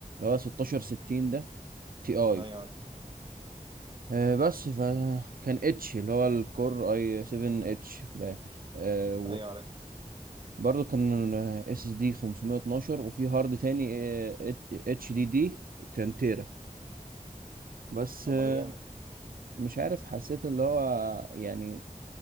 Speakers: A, on the right; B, on the right.
A: هو 1660 ده تي اي
B: أيوة عارف
A: آه، بس فكان اتش اللي هو الكور اي 7 اتش في الاخر آه،
B: أيوة عارف
A: وبرضه كان اس اس دي 512 وفي هارد تاني اتش دي دي كان تيرا بس
B: طب
A: آه،
B: ما ده جامد
A: مش عارف حسيت اللي هو يعني